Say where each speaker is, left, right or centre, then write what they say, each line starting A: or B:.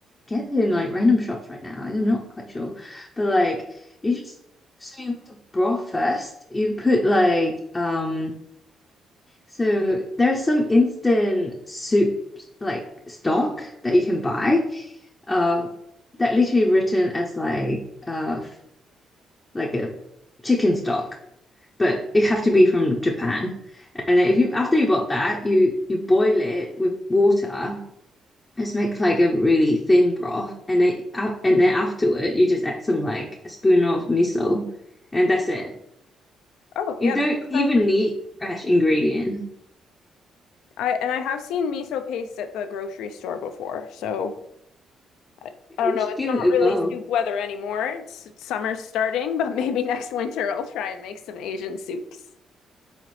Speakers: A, on the left; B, on the left.
A: get it in like random shops right now. I'm not quite sure. But like you just so you make the broth first. You put like um so there's some instant soup like stock that you can buy. Uh that literally written as like uh like a chicken stock. But it have to be from Japan. And then if you after you bought that, you you boil it with water just make like a really thin broth and then a- and then afterward you just add some like a spoon of miso and that's it.
B: Oh,
A: You
B: yeah,
A: don't
B: that does
A: even
B: sound pretty.
A: need fresh ingredient.
B: I and I have seen miso paste at the grocery store before. So I,
A: Yeah,
B: I don't
A: you
B: know.
A: should
B: It's
A: give
B: not
A: it a
B: really
A: go.
B: soup weather anymore. It's, it's summer's starting, <laughs> but maybe next winter I'll try and make some Asian soups.